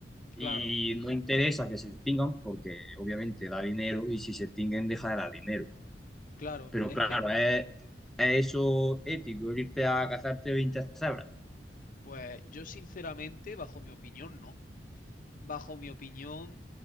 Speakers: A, in the centre; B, on the left (about 50°).
A: Y
B: Claro,
A: no interesa que se extingan porque obviamente da dinero y si se extinguen deja de dar dinero.
B: claro,
A: Pero
B: es
A: claro,
B: que,
A: es, es eso ético, irte a cazarte 20 cebras.
B: pues yo sinceramente, bajo mi opinión, no. bajo mi opinión,